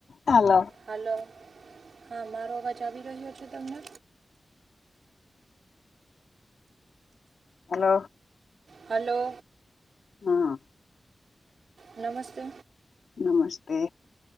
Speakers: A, on the left; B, on the right.
A: હાલો.
B: Hello હા મારો અવાજ આવી રહ્યો છે તમને
A: હલો
B: હલો
A: હા
B: નમસ્તે
A: નમસ્તે